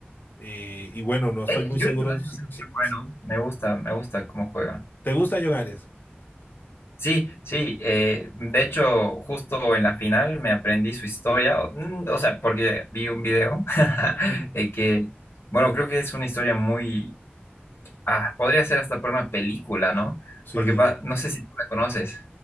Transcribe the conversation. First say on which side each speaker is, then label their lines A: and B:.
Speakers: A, on the left; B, on the left.
A: y, y bueno, no estoy
B: Eh,
A: muy
B: Junior
A: seguro
B: Daniels
A: si,
B: es
A: si-
B: muy bueno.
A: si,
B: Me gusta, me gusta cómo juega.
A: ¿te gusta John Arias?
B: Sí, sí, eh, de hecho, justo en la final me aprendí su historia, o mm, o sea, porque vi un video <laughs>
A: <laughs>
B: de que, bueno, creo que es una historia muy, ah, podría ser hasta para una película, ¿no?
A: Sí,
B: Porque va- no sé si tú la conoces.